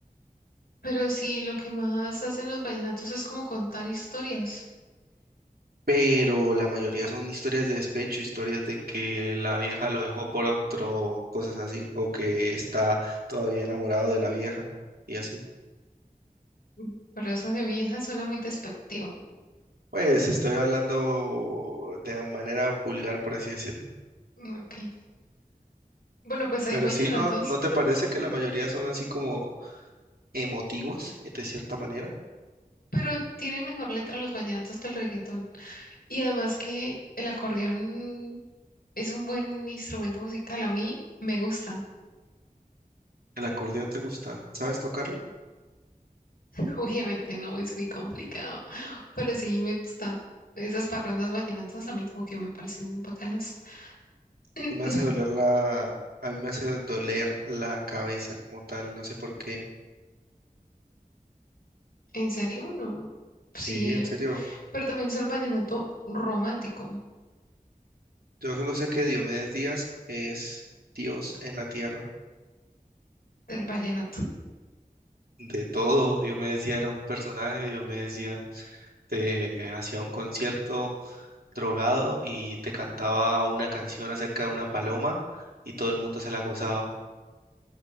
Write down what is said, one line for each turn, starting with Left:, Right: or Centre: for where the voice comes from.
Left: Pero sí, lo que más hacen los vallenatos es como contar historias.
Right: pero la mayoría son historias de despecho, historias de que la vieja lo dejó por otro, cosas así, o que está todavía enamorado de la vieja y así.
Left: Mm, Pero eso de vieja suena muy despectivo.
Right: Pues estoy hablando de manera pulgar, por así decirlo.
Left: Mm, Ok. Bueno, pues hay
Right: Pero
Left: vallenatos,
Right: sí, ¿no, no te parece que la mayoría son así como emotivos, eh, de cierta manera?
Left: pero tienen mejor letra los vallenatos que el reggaetón. Y además que el acordeón es un buen instrumento musical. A mí me gusta.
Right: ¿El acordeón te gusta? ¿Sabes tocarlo?
Left: <laughs> Obviamente no es muy complicado, pero sí me gusta. Esas parrandas vallenatas a mí como que me parecen bacanas. <clears throat>
Right: Y me hace doler la, a mí me hace doler la cabeza como tal, no sé por qué.
Left: ¿En serio? No. Sí,
Right: Sí, en serio.
Left: pero también es el vallenato romántico
Right: Yo solo sé que Diomedes Díaz es Dios en la tierra.
Left: del vallenato.
Right: De todo, Diomedes Díaz era un personaje, Diomedes Díaz te hacía un concierto drogado y te cantaba una canción acerca de una paloma y todo el mundo se la gozaba.